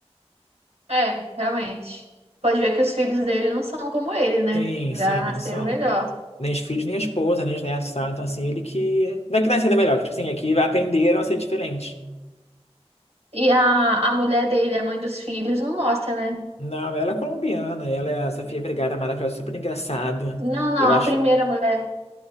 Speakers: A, on the right (about 70°); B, on the left (about 70°).
A: é, realmente. Pode ver que os filhos dele não são como ele, né?
B: Sim,
A: Já
B: sim, não
A: nasceram
B: são.
A: melhor.
B: Nem os filhos, nem a esposa, nem os netos, sabe? Então, assim, ele que. Não é que nasceu melhor, que, tipo assim, é que aprenderam a ser diferente.
A: E a, a mulher dele, a mãe dos filhos, não mostra, né?
B: Não, ela é colombiana, ela é a Sofia Vergara, maravilhosa, super engraçada.
A: Não, não,
B: Eu
A: a
B: acho.
A: primeira mulher.